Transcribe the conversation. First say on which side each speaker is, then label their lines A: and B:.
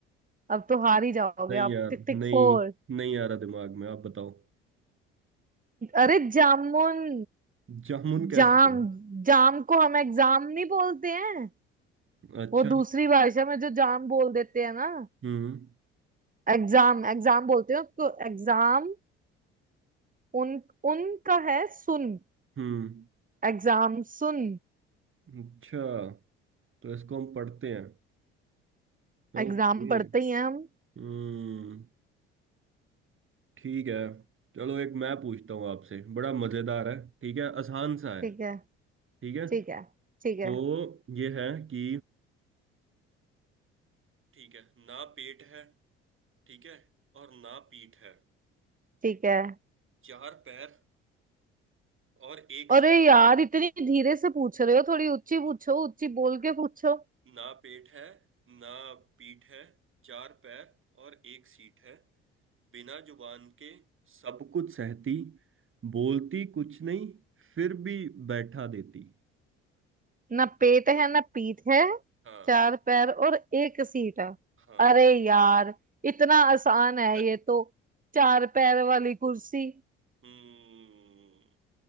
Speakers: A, on the right (about 25°); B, on the right (about 45°).
A: अब तो हार ही जाओगे
B: नहीं
A: आप
B: यार
A: टिक टिक
B: नहीं
A: फोर
B: नहीं आ रहा दिमाग में आप बताओ
A: अरे जामुन
B: जामुन कैसे
A: जाम
B: बने?
A: जाम को हम एग्जाम नहीं बोलते हैं
B: अच्छा
A: वो दूसरी भाषा में जो जाम बोल देते हैं ना
B: हम्म
A: एग्जाम एग्जाम बोलते हैं उसको एग्जाम उन उनका है सुन
B: हम्म
A: एग्जाम सुन
B: अच्छा तो इसको हम पढ़ते हैं
A: एग्जाम
B: ओके
A: पढ़ते ही हैं हम
B: हम्म ठीक है चलो एक मैं पूछता हूँ आपसे बड़ा मजेदार है ठीक है आसान सा है
A: ठीक है
B: ठीक है
A: ठीक है ठीक है
B: तो ये है कि ठीक है ना पेट है ठीक है और ना पीठ है
A: ठीक है
B: चार पैर और एक सीट
A: अरे यार इतनी धीरे से पूछ रहे हो थोड़ी ऊंची पूछो ऊंची बोल के पूछो
B: ना पेट है ना पीठ है चार पैर और एक सीट है बिना जुबान के सब कुछ सहती बोलती कुछ नहीं फिर भी बैठा देती
A: ना पेट है ना पीठ है
B: हाँ
A: चार पैर और एक सीट है
B: हाँ
A: अरे यार इतना आसान है
B: <laughs>
A: ये तो चार पैर वाली कुर्सी
B: हम्म